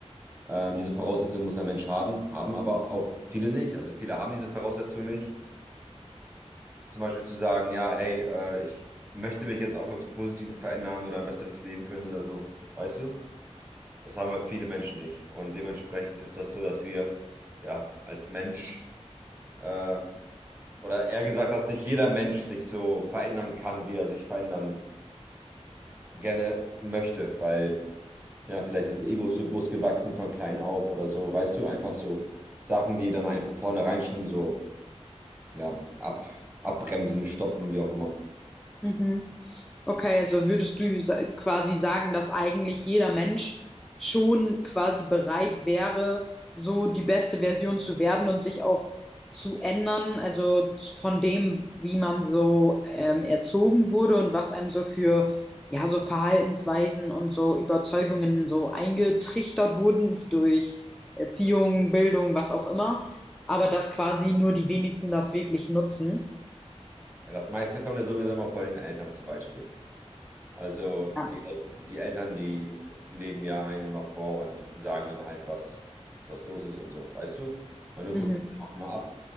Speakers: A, on the right; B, in the centre.
A: Ähm, diese Voraussetzung muss ein Mensch haben, haben aber auch viele nicht. Also viele haben diese Voraussetzung nicht. Zum Beispiel zu sagen, ja, hey, äh, ich möchte mich jetzt auch ins Positive verändern oder ein besseres Leben führen oder so. Weißt du? Das haben halt viele Menschen nicht. Und dementsprechend ist das so, dass wir ja als Mensch äh, oder eher gesagt, dass nicht jeder Mensch sich so verändern kann, wie er sich verändern gerne möchte, weil Ja, vielleicht das Ego zu groß gewachsen von klein auf oder so, weißt du, einfach so Sachen, die dann einfach vornherein schon so, ja, ab, abbremsen, stoppen, wie auch immer.
B: Mhm. Okay, also würdest du sa- quasi sagen, dass eigentlich jeder Mensch schon quasi bereit wäre, so die beste Version zu werden und sich auch zu ändern, also von dem, wie man so ähm, erzogen wurde und was einem so für, ja, so Verhaltensweisen und so Überzeugungen so eingetrichtert wurden durch Erziehung, Bildung, was auch immer, aber dass quasi nur die wenigsten das wirklich nutzen.
A: Ja, das meiste kommt ja sowieso immer von den Eltern zum Beispiel. Also
B: Ja.
A: die, El die Eltern, die leben ja einen immer vor und sagen dann halt, was, was los ist und so, weißt du? Und du guckst
B: Mhm.
A: es auch immer ab.